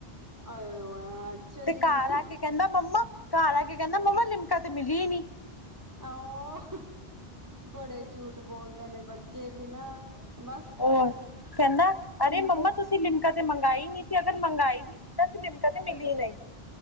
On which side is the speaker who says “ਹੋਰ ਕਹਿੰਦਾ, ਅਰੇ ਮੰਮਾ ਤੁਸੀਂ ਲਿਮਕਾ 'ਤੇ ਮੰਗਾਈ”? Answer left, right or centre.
Left